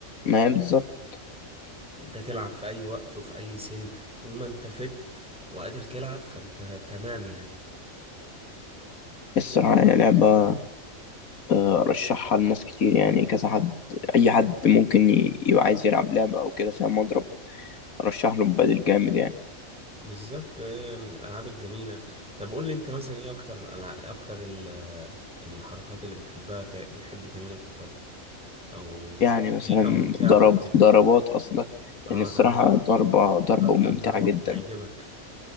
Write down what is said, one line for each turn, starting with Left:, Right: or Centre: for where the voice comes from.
Left: ما هي بالظبط
Centre: انت تلعب في اي وقت وفي اي سن طول ما انت فت وقادر تلعب فانت تمام يعني
Left: الصراحه يعني لعبه آه، ارشحها لناس كتير يعني كذا حد اي حد ممكن ي- يبقى عايز يلعب لعبه او كده فيها مضرب ارشح له البدل جامد يعني
Centre: بالظبط هي من الالعاب الجميله طب قول لي انت مثلا ايه اكتر الالعاب اكتر ال- الحركات اللي بتحبها تع- بتحب تعملها في البادل او
Left: يعني مثلا
Centre: شايفها ممتعه
Left: ضرب
Centre: في البادل
Left: ضربات أصلك
Centre: اه
Left: يعني الصراحة
Centre: ضربات
Left: ضربة ضربة
Centre: اكتر
Left: ممتعة
Centre: ضربه
Left: جدا
Centre: بتعجبك